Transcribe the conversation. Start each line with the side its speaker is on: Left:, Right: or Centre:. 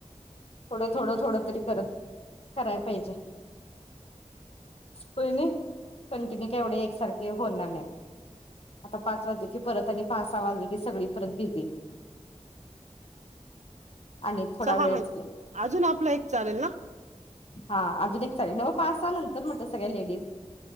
Left: थोडं थोडं थोडं तरी कर कराय पाहिजे होय नाही कंटिन्यू तेवढे एकसारखे होणार नाही आता पाच वाजले कि परत आणि पा सहा वाजले की सगळी परत बिझी आणि थोडा
Right: सहा
Left: वेळच
Right: मई
Left: की
Right: अजून आपला एक चालेल ना
Left: हा अजून एक चालेल न्हव पाससहा नंतर म्हटल सगळ्या लेडीज